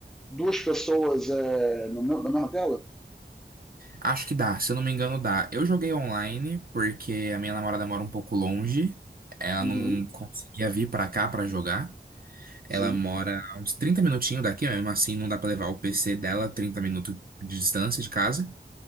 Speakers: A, in the centre; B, on the right.
A: duas pessoas é, no meu- na mesma tela?
B: Acho que dá, se eu não me engano, dá. Eu joguei online porque a minha namorada mora um pouco longe. Ela
A: Uhum,
B: não conseguia vir pra cá pra jogar.
A: sim.
B: Ela mora a uns 30 minutinhos daqui, mesmo assim não dá pra levar o PC dela 30 minutos de distância de casa.